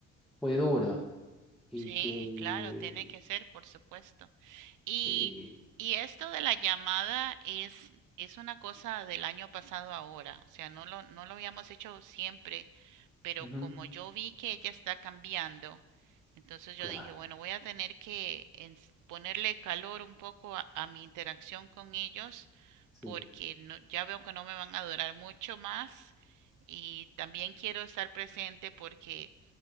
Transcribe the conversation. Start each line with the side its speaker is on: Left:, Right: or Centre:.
Centre: fue dura y
Right: Sí,
Centre: que...
Right: claro, tiene que ser, por supuesto. Y,
Centre: eh,
Right: y esto de la llamada es, es una cosa del año pasado ahora, o sea, no lo, no lo habíamos hecho siempre, pero
Centre: ujú,
Right: como yo vi que ella está cambiando, entonces yo
Centre: claro,
Right: dije, bueno, voy a tener que ens- ponerle calor un poco a, a mi interacción con ellos
Centre: sí.
Right: porque no- ya veo que no me van a durar mucho más y también quiero estar presente porque